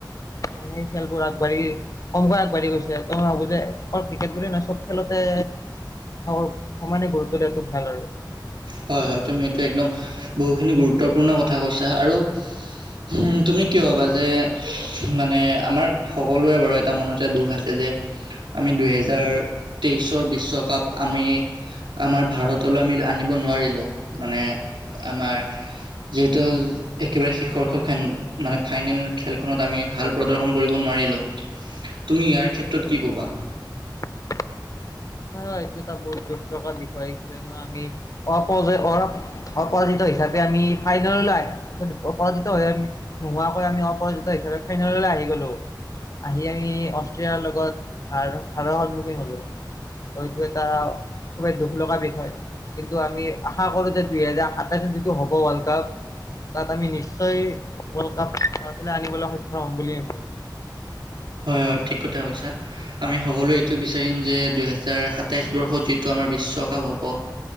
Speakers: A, on the left (about 45°); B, on the right (about 85°).
A: সেই খেলবোৰ আগবাঢ়ি কমকৈ আগবাঢ়ি গৈছে ত মই ভাবো যে অকল ক্ৰিকেট বুলি নাই চব খেলতে সমানে গুৰুত্ব দিয়াটো ভাল আৰু
B: হয় হয় তুমি এইটো একদম বহুখিনি গুৰুত্বপূৰ্ণ কথা কৈছা আৰু উ তুমি কি হবা যে মানে আমাৰ সকলোৰে বাৰু এটা মনতে দুখ আছে যে আমি দুহেজাৰ তেইশৰ বিশ্বকাপ আমি আমাৰ ভাৰতলৈ আমি আ নি নোৱাৰিলেও মানে আমাৰ যিহেতু একেবাৰে শেষৰ খ মানে ফাইনেল খেলখনত আমি ভাল প্ৰদৰ্শন কৰিব নোৱাৰো তুমি ইয়াৰ ক্ষেত্ৰত কি ক'বা
A: <unintelligible> এইটো এটা বহুত দুখ লগা বিষয় কিয়নো আমি অপ অ অপৰাজিত হিচাপে আমি ফাইনেললৈ আহ অপৰাজিত হৈ আম নোহোৱাকৈ আমি অপৰাজিত াপে ফাইনেললৈ আহি গলো আহি আমি অষ্ট্ৰিয়াৰ লগত সাৰ সাৰৰ সন্মুখীন হলো ত এইটো এটা খুবেই দুখ লগা বিষয় কিন্তু আমি আশা কৰো যে দুহেজাৰ সাতাইশত যিটো হ'ব ৱৰ্ল্ড কাপ তাত আমি নিশ্চয় ৱৰ্ল্ড কাপ ভাৰ আনিবলৈ সক্ষম হম বুলিয়ে ভাবো
B: হয় হয় ঠিক কথাছা আমি সকলোৱে এইটোোৱে বিচাৰিম যে দুহেজাৰ সাতাইছ বৰ্ষত যিটো আমাৰ বিশ্ব চকাাহ হ'ব